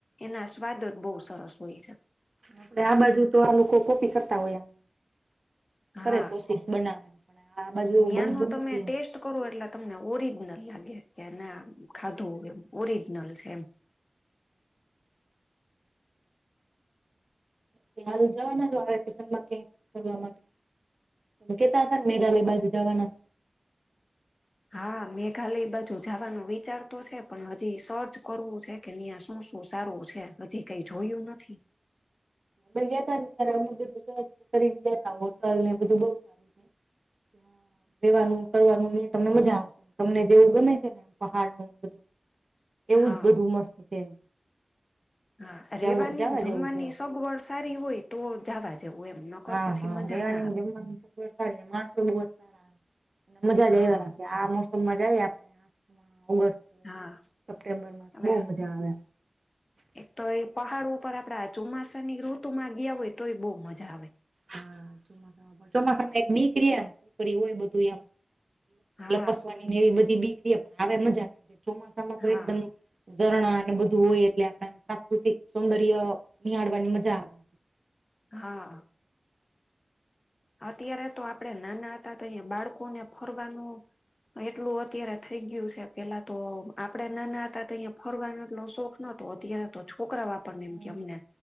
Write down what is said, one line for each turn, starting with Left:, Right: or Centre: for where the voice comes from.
Left: એના સ્વાદ જ બહુ સરસ હોય છે.
Right: આપડે આ બાજુ તો આ લોકો કોપી કરતા હોય આમ કરે
Left: હા
Right: કોશિશ બનાવાની. પણ આ બાજુ એવું
Left: ન્યાનો
Right: બનતું
Left: તમે
Right: નથી
Left: ટેસ્ટ
Right: એમ.
Left: કરો એટલે તમને ઓરિજનલ લાગે કે ના ખાધું એમ ઓરિજનલ છે એમ.
Right: કે હાલ જવાના છો આ વેકેશનમાં ક્યાંય ફરવા માટે? તમે કેતા હતા ને મેઘાલય બાજુ જાવાના હો.
Left: હા મેઘાલય બાજુ જાવાનો વિચાર તો છે પણ હજી સર્ચ કરવું છે. કે ન્યા શું શું સારું છે. હજી કાઈ જોયું નથી.
Right: અમે ગયાતા ને ત્યારે અમે બધું સર્ચ કરીને ગ્યાતા હોટલને બધું બહુ સારું છે. કે હા રેવાનું ને કરવાનું ને એ તમને મજા આવશે આમ તમને જેવું ગમે છે ને પહાડને એવું બધું. એવું
Left: હા
Right: જ બધું મસ્ત છે એમ.
Left: હા
Right: જવું
Left: રેવાનીને,
Right: જવા
Left: જમવાની
Right: જેવું છે એમ
Left: સગવડ સારી હોય તો જાવા જેવું એમ. નકર
Right: હા
Left: પછી
Right: હા
Left: મજા
Right: રેવાની
Left: ના
Right: જમવાની સગવડ માણસો બ જ સારા મજા
Left: આવે
Right: જ
Left: હા
Right: <unintelligible> આવી આપણે આ ઓગસ્ટ
Left: હા
Right: સપ્ટેમ્બર માં તો
Left: હવે
Right: બહુ મજા આવે.
Left: એક તો એ પહાડો ઉપર આપડા ચોમાસા ની ઋતુ માં ગયા હોય તો એ બહુ મજા આવે.
Right: હા ચોસા ચોમાસામાં એક બીકરી એમપરી હોય બધું એમ
Left: હા
Right: લપસ, ની ને એવી બધી બીકરી પણ આવે મજા કેમ કે ચોમાસામાં તો
Left: હા
Right: એકદમ ઝરણા અને બધું હોય એટલે આપ પ્રાકૃતિક સૌંદર્ય નિહાળવાની મજા આવે.
Left: હાં. અત્યારે તો આપડે નાના હતા તો અહીયા બાળકોને ફરવાનું એટલું અત્યારે થઈ ગયું છે પેલા તો આપડે નાના હતા તો અહીયા ફરવાનો એટલો શોખ ન તો અત્યારે તો છોકરા વાપરને
Right: હમ્મ.
Left: એમ કેમને